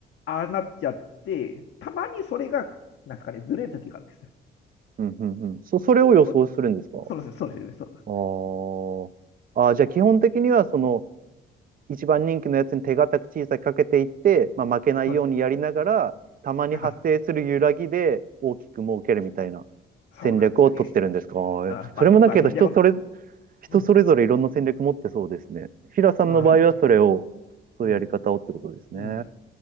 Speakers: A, on the left; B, on the right.
A: ああなっちゃって、たまにそれが、なんですかね、ずれる時があるんですよ。
B: う。うんうんうん。そ、それを予想するんですか
A: そうそうです、そうです、そうです。
B: あーあー、じゃあ基本的にはその一番人気のやつに手堅く小さくかけていって、まあ、負けないようにやりながら、
A: そうです。
B: たまに発生する揺らぎで大きく儲けるみたいな
A: なんか、そうなんですよね。
B: 戦略を取ってるんですかあーそれもだけど人それ、
A: あまあ、まあ、戦略を、
B: 人それぞれいろんな戦略持ってそうですね。
A: うん、
B: 平さんの場合はそれを、
A: あ
B: そういうやり方をってことですね。
A: うん、うん、